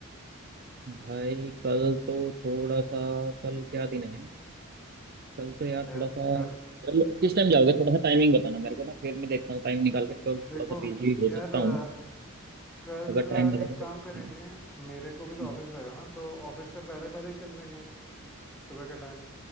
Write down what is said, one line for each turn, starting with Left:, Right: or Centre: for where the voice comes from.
Right: भाई कल तो थोड़ा सा कल क्या दिन है कल तो यार थोड़ा
Centre: यार
Right: सा
Centre: कल
Right: चलो किस टाइम जाओगे थोड़ा सा टाइमिंग बताना मेरे को ना फिर मैं देखता हूँ टाइम निकाल के कल थोड़ा
Centre: देखो
Right: सा बिजी हो
Centre: यार
Right: सकता
Centre: अ,
Right: हूँ
Centre: कल
Right: अगर टाइम लगा
Centre: एक
Right: तो चल
Centre: काम
Right: सकते
Centre: करेंगे
Right: हैं
Centre: मेरे को भी तो
Right: हम्म,
Centre: ऑफिस रहेगा ना तो ऑफिस से पहले पहले ही चल देंगे सुबह के टाइम